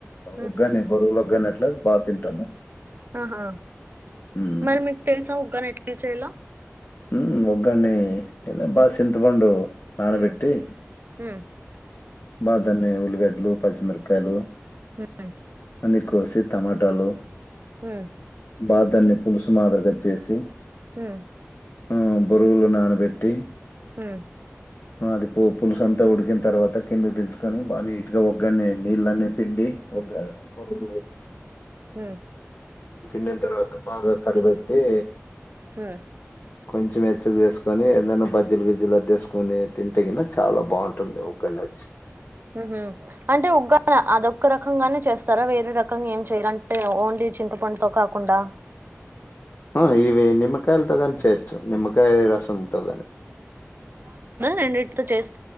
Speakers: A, on the right; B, on the left.
A: మ్,
B: ఒగ్గాని బరువులొగ్గాని అట్ల బాగా తింటాము.
A: ఆహా
B: హ్మ్.
A: మరి మీకు తెలుసా ఒగ్గాని ఎట్ల చేయలో.
B: ఉమ్ ఒగ్గాని ఇంత బాగా
A: ఉమ్
B: చింతపండు నానబెట్టి.
A: ఉమ్ ఉమ్
B: బా తన్ని ఉల్లిగడ్లు పచ్చిమిరపకాయలు.
A: ఉమ్మ్.
B: అన్ని కోసి టమాటాలు.
A: ఉమ్.
B: బాగా దాన్ని పులుసు మాదిరిగా చేసి.
A: ఉహ్మ్.
B: ఉమ్ బొరుగులు నానబెట్టి.
A: ఉహూ.
B: అహ్ అది పొ పులుసు అంతా ఉడికిన తర్వాత కిందికి దించుకొని బా అది నీట్గా ఒగ్గనీ నీళ్ళన్ని పిండీ. ఒగ్గా బొరుగులు.
A: ఉహ్మ్.
B: పిండిన తర్వాత బాగా కలబెట్టి.
A: ఆహ్.
B: కొంచెం వెచ్చగ చేసుకని ఏదైనా బజ్జిలు గిజ్జిలు అద్దేసుకొని తింటే గిన చాలా బావుంటుంది ఒగ్గనీ. ఇలాచీ.
A: ఊహు అంటే ఉగ్గానీ అదొక్క రకంగానే చేస్తారా వేరే రకంగా ఏం చేయరా అంటే ఒ. ఒన్లీ చింతపండుతో కాకుండా.
B: ఆహ్ ఇవి నిమ్మకాయలతో గానీ చేయొచ్చు నిమ్మకాయ రసంతో గాని.
A: రెండింటితో చెస్.